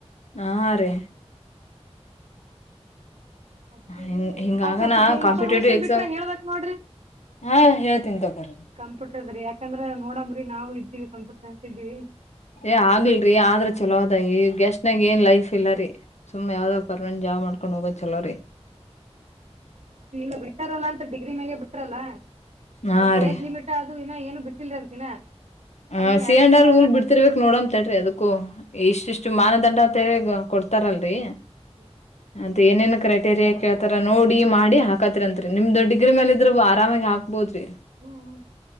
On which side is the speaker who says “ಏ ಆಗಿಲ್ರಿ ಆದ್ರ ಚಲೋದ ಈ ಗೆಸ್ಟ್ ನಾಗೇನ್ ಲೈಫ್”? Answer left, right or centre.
Left